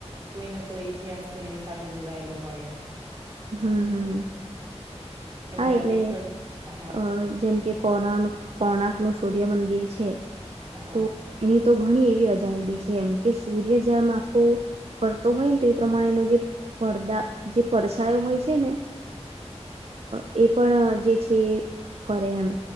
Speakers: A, on the right; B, on the right.
A: કોઈને કોઈ ઇતિહાસ તો એની સાથે જોડાયેલો હોય જ
B: હમ હમ
A: એમ
B: હા
A: ધાર્મિક
B: એટલે
A: સ્થળ હા
B: અ જેમ કે કો કોણાક નું સૂર્યમંદિર છે
A: હા
B: તો એની તો ઘણી એવી અજાયબી છે એમ કે સૂર્ય જેમ આખો ફરતો હોય ને તો એ પ્રમાણે એનો જે પડદા જે પડછાયો હોય છે ને અ એ પણ જે છે ફરે એમ